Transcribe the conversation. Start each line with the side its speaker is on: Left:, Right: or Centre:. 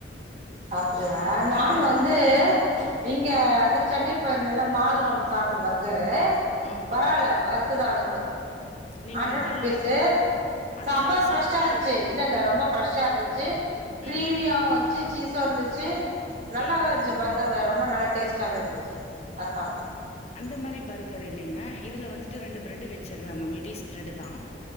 Right: சாப்டுவே நானு
Left: ஆமாங்
Right: வந்து இங்க அதா சென்னை போயிருந்தேல மால்ல ஒண்ணு சாப்ட்டே பர்கரு
Left: ம்
Right: பரவால ஒர்த்து தா அது கூட
Left: நீங்க
Right: ஹண்ட்ரடு
Left: மால்ல
Right: ருபீஸ்சு
Left: அதுல
Right: செம ஃப்ரெஷ்ஷா
Left: சாப்ட்டது
Right: இருந்துச்சு இல்ல இல்ல ரொம்ப ஃப்ரெஷ்ஷா இருந்துச்சு கிரீமியாவு
Left: ம்
Right: இர்ச்சு சீஸ்சு இருந்துச்சு நல்லாவே
Left: ம்
Right: இருச் பர்கருங்க ரொம்ப நல்லா டேஸ்ட்டாவே இருந்துச்சு அத சாப்ட்டே
Left: அந்த மாரி பர்கர் இல்லைங்க இதுல வந்துட்டு ரெண்டு ப்ரெட்டு் வச்சிறாங்க மெடிஸ் ப்ரெட்டு் தா